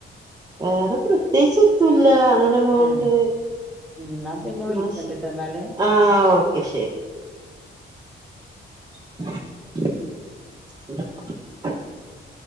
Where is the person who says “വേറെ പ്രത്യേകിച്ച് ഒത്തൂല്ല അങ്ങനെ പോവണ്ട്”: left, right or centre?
Right